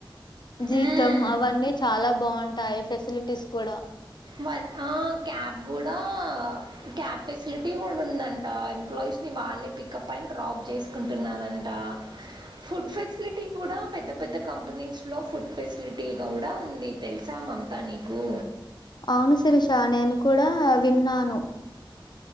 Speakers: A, on the left; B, on the right.
A: జీతం
B: మ్మ్.
A: అవన్నీ చాలా బాగుంటాయి ఫెసిలిటీస్ కూడా
B: వ క్యాబ్ కూడా క్యాబ్ ఫెస్లిటీ కూడా ఉందంట ఎంప్లాయ్ స్ని వాళ్ళే పికప్ అయిడ్ డ్రాప్ చేస్కుంటున్నారంట ఫుడ్ ఫెస్లిటీ కూడా పెద్ద పెద్ద కంపెనీస్లో ఫుడ్ ఫెస్లిటీ కూడా ఉంది తెల్సా మా తా నీకు
A: ఔను శిరిష నేను కూడా విన్నాను